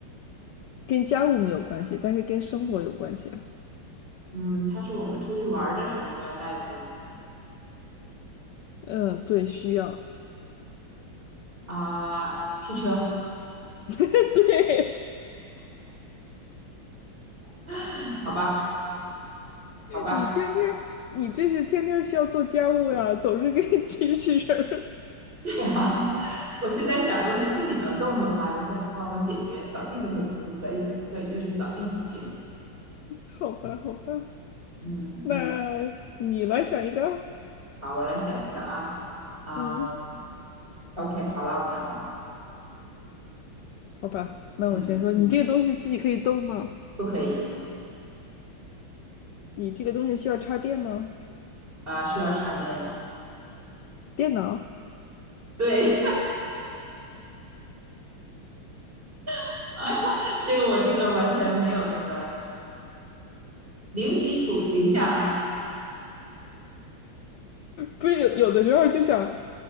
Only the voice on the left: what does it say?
跟家务没有关系，但是跟生活有关系啊。
嗯，对，需要。
<laughs> 对，
你天天，你这是天天需要做家务呀，总是跟机器人儿。
<laughs> 好吧，好吧，嗯
那你来想一个啊。
嗯，
好吧，那我先说，
你这个东西自己可以动吗？
你这个东西需要插电吗？
电脑？
不是有有的时候就想